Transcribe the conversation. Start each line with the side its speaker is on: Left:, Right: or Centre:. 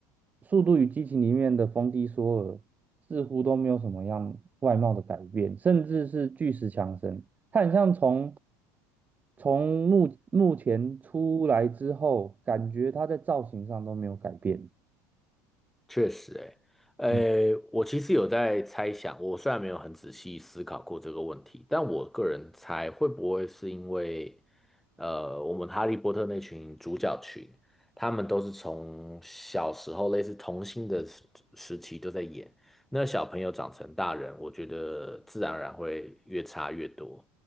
Right: 《速度与激情》里面的冯迪索尔似乎都没有什么样外貌的改变，甚至是巨石强森，他很像从从目目前出来之后，感觉他在造型上都没有改变。
Centre: 确实、欸，诶，
Right: 嗯
Centre: 我其实有在猜想，我虽然没有很仔细思考过这个问题，但我个人猜会不会是因为，呃，我们哈利波特那群主角群，他们都是从小时候类似童星的时时期都在演，那小朋友长成大人，我觉得自然而然会越差越多。